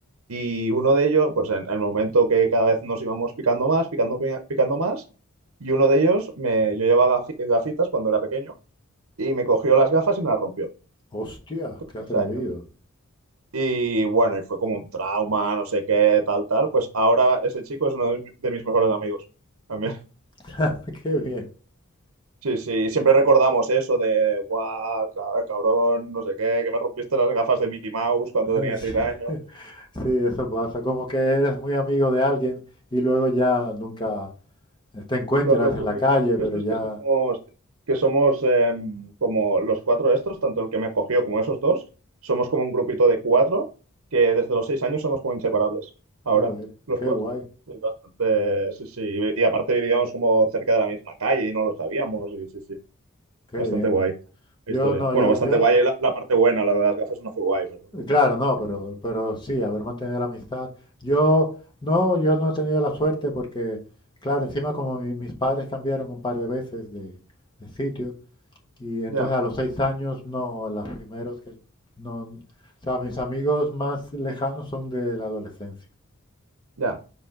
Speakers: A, on the right; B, on the left.
A: Y uno de ellos, pues en el momento que cada vez nos íbamos picando más, picando, pi- picando más, y uno de ellos, me, yo llevaba gafi- gafitas cuando era pequeño, y me cogió las gafas y me las rompió,
B: hostia,
A: con
B: qué
A: seis
B: atrevido,
A: años. Y bueno, y fue como un trauma, no sé qué, tal, tal. Pues ahora ese chico es uno de mis de mis mejores amigos. También.
B: <laughs> qué bien.
A: Sí, sí, y siempre recordamos eso de, guau, ca- cabrón, no sé qué, que me rompiste las gafas de Mickey Mouse cuando
B: <laughs>
A: tenía
B: Sí,
A: seis años.
B: sí, eso pasa, como que eres muy amigo de alguien y luego ya nunca eh, te encuentras
A: Lo, lo
B: en
A: curio-
B: la calle,
A: lo curioso
B: pero ya
A: es que somos, que somos em, como los cuatro estos, tanto el que me cogió como esos dos, somos como un grupito de cuatro que desde los seis años somos como inseparables. Ahora,
B: Joder,
A: los
B: qué
A: cuatro.
B: guay,
A: Es bastante, sí, sí, y, y aparte vivíamos como cerca de la misma calle y no lo sabíamos, y sí, sí,
B: qué
A: bastante
B: bien.
A: guay la
B: Yo
A: historia.
B: no,
A: Bueno,
B: yo,
A: bastante
B: yo,
A: guay la, la parte buena, la de las gafas no fue guay, pero...
B: claro, no, pero, pero sí, haber mantenido la amistad. Yo, no, yo no he tenido la suerte porque, claro, encima como mi- mis padres cambiaron un par de veces de, de sitio y entonces
A: Ya,
B: a los seis años, no, a los primeros que, no, o sea, mis amigos más lejanos son de la adolescencia.
A: ya,